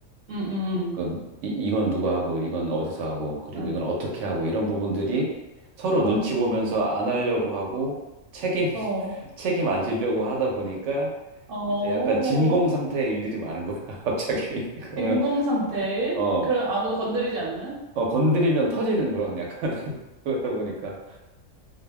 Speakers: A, on the right; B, on the right.
A: 응,
B: 그 이, 이건 누가 하고 이건 어디서 하고 그리고
A: 응.
B: 이건 어떻게 하고 이런 부분들이 서로
A: 어,
B: 눈치 보면서 안 하려고 하고 책임 <laughs>
A: 어,
B: 책임 안 지려고 하다 보니까
A: 어,
B: 이제 약간 진공 상태의 일들이 많은 거야, <laughs> 갑자기. <laughs> 그러면
A: 진공 상태.
B: 어,
A: 그럼 아무도 건드리지 않는?
B: 어, 건드리면 터지는 그런 약간 <laughs> 그러다 보니까